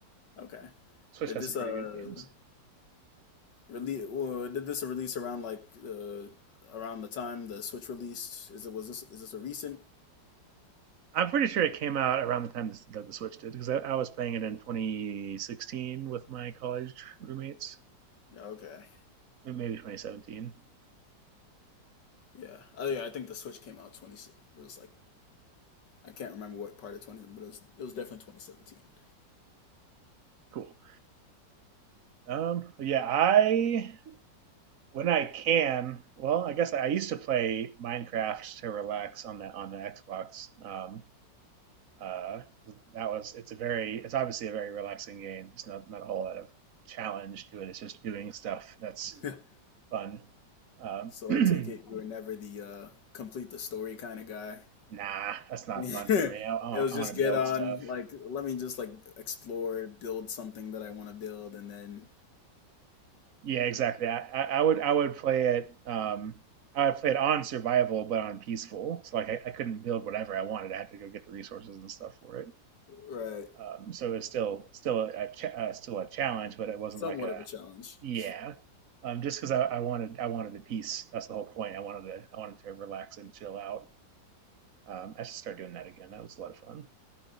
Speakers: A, on the left; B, on the right.
A: Okay.
B: Switch
A: Did
B: has
A: this
B: some pretty
A: uh
B: good games.
A: release well, did this release around like uh around the time the Switch released? Is it was this is this a recent?
B: I'm pretty sure it came out around the time this, that the Switch did because I, I was playing it in 2016 with my college roommates,
A: Okay.
B: maybe 2017.
A: Yeah. Oh yeah, I think the Switch came out 20 it was like I can't remember what part of 20, but it was it was definitely 2017.
B: Cool. Um, yeah, I when I can, well, I guess I used to play Minecraft to relax on the on the Xbox. Um, uh, that was it's a very it's obviously a very relaxing game. It's not not a whole lot of challenge to it. It's just doing stuff that's
A: <laughs>
B: fun. Um,
A: so
B: <clears throat>
A: I take it you were never the uh, complete the story kind of guy.
B: nah, that's
A: <laughs>
B: not
A: it
B: fun for me. I, I,
A: was
B: I
A: just
B: want to
A: get
B: build
A: on
B: stuff.
A: like let me just like explore, build something that I want to build, and then
B: Yeah, exactly. I, I would I would play it. Um, I would play it on survival, but on peaceful. So like I, I couldn't build whatever I wanted. I had to go get the resources and stuff for it.
A: right
B: Um, so it's still still a ch- uh, still a challenge, but it wasn't
A: somewhat
B: like a
A: of a challenge.
B: yeah.
A: It
B: Um, just because I, I wanted I wanted the peace. That's the whole point. I wanted to I wanted to relax and chill out. Um, I should start doing that again. That was a lot of fun.